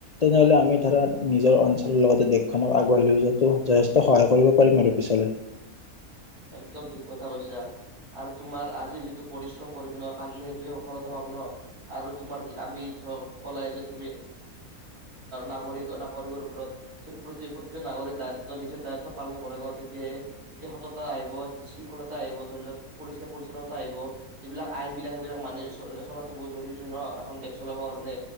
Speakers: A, on the left; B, on the right.
A: তেনেহলে আমি ধৰা নিজৰ অঞ্চলৰ লগতে দেশখনক আগুৱাই লৈ যোৱাটো যথেষ্ট সহায় কৰিব পাৰিম আৰু পিছ
B: একদম ঠিক কথা কৈছা আৰু তোমাৰ আজি যিটো পৰিশ্ৰম কৰিম ন কালিলৈ সেইটো সফলতা পাম ন আৰু তোমাৰ আমি কলাই যে তুমি নাগৰিক নাগৰিকৰ ওপৰত প্ৰতি প্ৰতিজন নাগৰিক দায়িত্ব নিজৰ দায়িত্ব পালন কৰে ন তেতিয়াহে তে ততা আহিব শৃংখলতা আহিব ধৰি লওক পৰিষ্কাৰ পৰিচ্ছন্নতা আহিব যিবিলাক আইন বিলাক সেইবিলাক মানি চ চলাটো বহু জৰুৰী ন এখন দেশ চলাবৰ কাৰণে